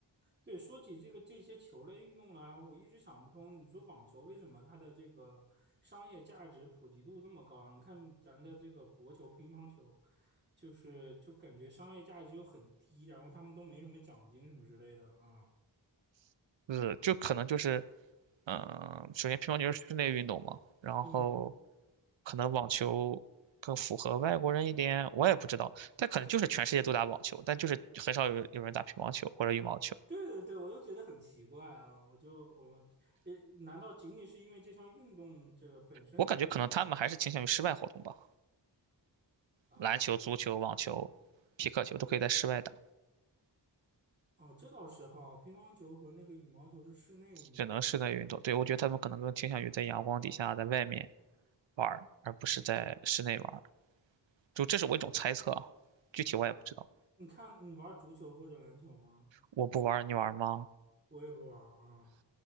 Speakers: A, on the right (about 25°); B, on the right (about 85°).
A: 对，说起这个这些球类运动来，我一直想不通，你说网球为什么它的这个商业价值普及度这么高啊？你看咱的这个国球、乒乓球，就是就感觉商业价值又很低，然后他们都没什么奖金什么之类的啊，
B: 呃就可能就是嗯、呃首先乒乓球是室内运动嘛，然后
A: 嗯。
B: 可能网球更符合外国人一点，我也不知道，但可能就是全世界都打网球，但就是很少有有人打乒乓球或者羽毛球，
A: 对对对，我就觉得很奇怪啊！我就我呃，难道仅仅是因为这项运动这个本身的这个
B: 我感觉可能他们还是倾向于室外活动吧，
A: 啊、
B: 篮球、足球、网球。皮克球都可以在室外打，
A: 哦，这倒是哈，乒乓球和那个羽毛球是室内运动。
B: 只能室内运动。
A: 哦
B: 对，我觉得他们可能更倾向于在阳光底下，在外面玩儿，而不是在室内玩儿。就这是我一种猜测啊，具体我也不知道。
A: 你看，你玩足球或者篮球吗？
B: 我不玩儿，你玩儿吗？
A: 我也不玩啊、嗯